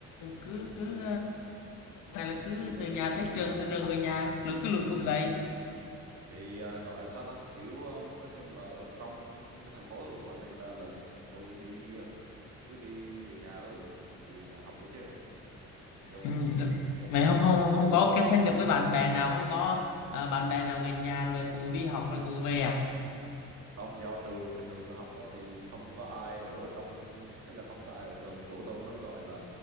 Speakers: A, on the left; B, on the right.
A: cứ cứ à, hay là cứ
B: thì nói
A: từ nhà
B: chung
A: tới
B: là
A: trường từ trường về nhà rồi cứ lủi thủi vậy
B: thì à, gọi là sao ta kiểu à, nói chung là ở trong cái thành phố của mình nên là, là tôi đi à, cứ đi về nhà thôi về nhà học thôi chứ do
A: Ừm, d
B: câu
A: vậy
B: lối
A: không hông hông
B: câu
A: có kết thân được với bạn bè nào, không có, ờ, bạn bè nào gần nhà rồi cùng đi học rồi cùng về à?
B: không do trường cái trường tôi học á, thì không có ai ở trong đấy là không có ai ở gần chỗ tôi nó gọi là